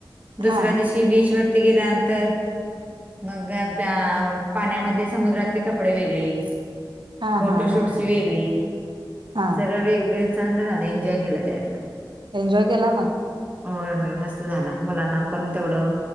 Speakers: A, on the right (about 20°); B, on the right (about 75°).
A: दुसऱ्या
B: हा
A: दिवशी शी बीच वरती गेल्यानंतर मग पाण्यामधले समुद्रातले कपडे वेगळे
B: हा
A: फोटोशूटची
B: हा हा हा
A: वेगळी
B: हा
A: सगळं वेगवेगळ चांगलं झालं एन्जॉय केल्या कॅना
B: एन्जॉय केला मग
A: होय होय मस्त झाला मुलांना पण तेवढं